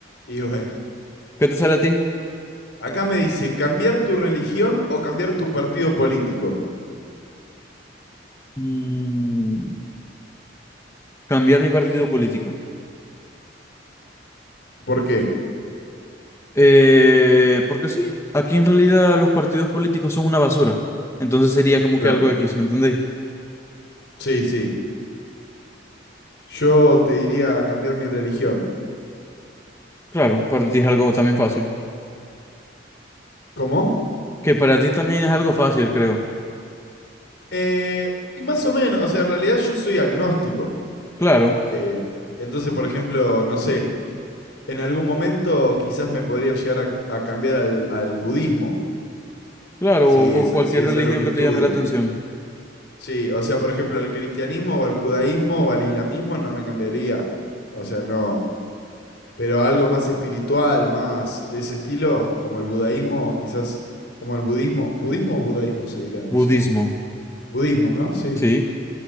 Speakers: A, on the left; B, on the left.
A: Y bueno.
B: ¿Qué te sale a ti?
A: Acá me dice, ¿cambiar tu religión o cambiar tu partido político?
B: Mm, cambiar mi partido político.
A: ¿Por qué?
B: Eh, porque sí, aquí en realidad los partidos políticos son una basura. Entonces sería como
A: Claro.
B: que algo X, ¿me entendéis?
A: Sí, sí. Yo te diría cambiar mi religión.
B: Claro, para ti es algo también fácil.
A: ¿Cómo?
B: Que para ti también es algo fácil, creo.
A: Eh, y más o menos, o sea, en realidad yo soy agnóstico.
B: Claro,
A: Eh, entonces, por ejemplo, no sé, En algún momento quizás me podría llegar a, a cambiar al, al budismo,
B: claro,
A: si
B: o,
A: es,
B: o cualquier
A: si es
B: religión
A: lo que estudio.
B: que te llame la atención.
A: Sí, o sea, por ejemplo, al cristianismo o al judaísmo o al islamismo no me cambiaría. O sea, no. Pero algo más espiritual, más de ese estilo, como el budaísmo, quizás, como el budismo. ¿Budismo o budaísmo se dirá? No
B: Budismo,
A: sé. Budismo, ¿no? Sí.
B: sí.